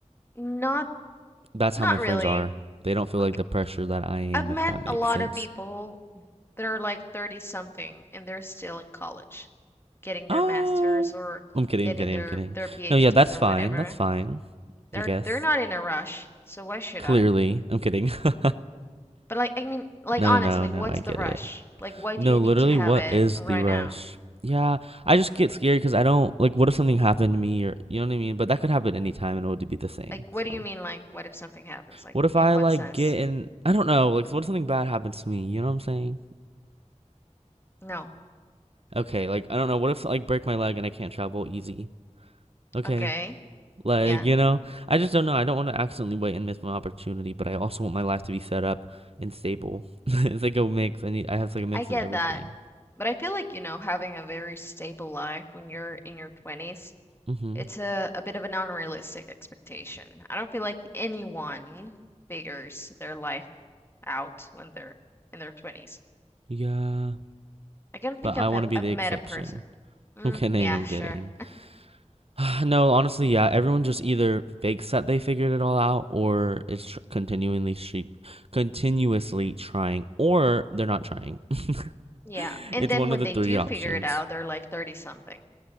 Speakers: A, on the left; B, on the right.
A: not
B: That's
A: not
B: how my friends
A: really.
B: are. They don't feel like
A: Okay.
B: the pressure that I am,
A: I've met
B: if that
A: a
B: makes
A: lot
B: sense.
A: of people that are like 30 something and they're still in college, getting their
B: Oh,
A: masters or
B: I'm kidding.
A: getting
B: I'm kidding.
A: their
B: I'm kidding.
A: their PhDs
B: No, yeah, that's
A: or
B: fine.
A: whatever.
B: That's fine.
A: They're
B: I guess.
A: they're not in a rush, so why should
B: Clearly,
A: I?
B: I'm kidding. <laughs>
A: But like, I mean, like
B: No,
A: honestly,
B: no, no, no.
A: what's
B: I get
A: the rush?
B: it.
A: Like, why
B: No,
A: do you
B: literally,
A: need to have
B: what
A: it
B: is
A: right
B: the rush?
A: now?
B: Yeah, I just get scared because I don't like. What if something happened to me, or you know what I mean? But that could happen anytime, and it would be the same.
A: Like, what
B: So,
A: do you mean? Like, what if something happens? Like,
B: what if I
A: in what
B: like
A: sense?
B: get in? I don't know. Like, what if something bad happens to me? You know what I'm saying?
A: No.
B: Okay, like I don't know. What if like break my leg and I can't travel easy? Okay,
A: Okay.
B: Like,
A: Yeah,
B: you know, I just don't know. I don't want to accidentally wait and miss my opportunity, but I also want my life to be set up and stable. <laughs> It's like a mix. I need I have like a mix
A: I get
B: of everything.
A: that. But I feel like, you know, having a very stable life when you're in your 20s,
B: hmm
A: it's a, a bit of an unrealistic expectation. I don't feel like anyone figures their life out when they're in their 20s.
B: Yeah.
A: I can't think
B: But
A: of
B: I want
A: I've
B: to be
A: I've
B: the exception.
A: met a person.
B: <laughs>
A: Mm,
B: I'm kidding,
A: yeah,
B: I'm
A: sure.
B: kidding. <sighs> No, honestly, yeah, everyone just either fakes that they figured it all out or is tr continually she continuously trying or they're not trying. <laughs>
A: Yeah. And
B: It's
A: then
B: one
A: when
B: of the
A: they
B: three
A: do
B: options.
A: figure it out, they're like 30 something.